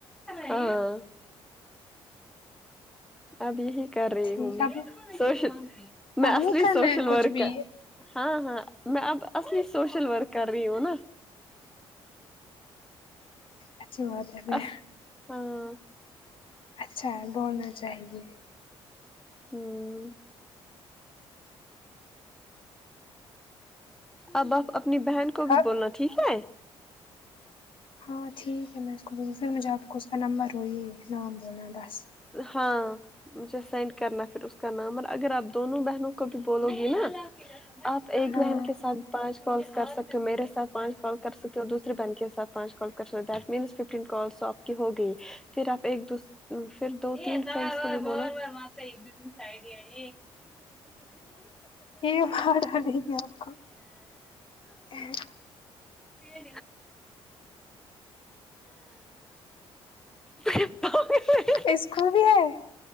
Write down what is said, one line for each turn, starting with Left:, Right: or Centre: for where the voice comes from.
Centre: ہاں اب یہی کر رہی
Left: ٹھیک
Centre: ہوں میں
Left: اب
Centre: سوشل میں
Left: اب
Centre: اصلی
Left: نہیں کرنا
Centre: سوشل
Left: ہے کچھ
Centre: ورکر
Left: بھی
Centre: ہاں ہاں میں اب اصلی سوشل ورک کر رہی ہوں نا
Left: اچھی بات ہے پھر
Centre: اس ہاں
Left: اچھا ہے بولنا چاہیے
Centre: ہوں اب آپ اپنی بہن کو بھی
Left: اب
Centre: بولنا ٹھیک ہے
Left: ہاں ٹھیک ہے میں اس کو بول پھر مجھے آپ کو اس کا نمبر روئی نام بول رہے بس
Centre: ہاں مجھے سینڈ کرنا پھر اس کا نام اور اگر آپ دونوں بہنوں کو بھی بولو گی نا آپ ایک
Left: ہاں
Centre: بہن کے ساتھ پانچ کالس کر سکتے ہو میرے ساتھ پانچ کال کر سکتے ہو دوسری بہن کے ساتھ پانچ کال کر سکتے ہو دیٹ مینس ففٹین کالس س کے ہو گئی پھر آپ ایک دوس پھر دو تین بہت بو ایک بزنس آئیڈ ہے
Left: یہ مار ڈالے گی آپ کو این
Centre: آ ارے باپ رے
Left: اس کو بھی ہے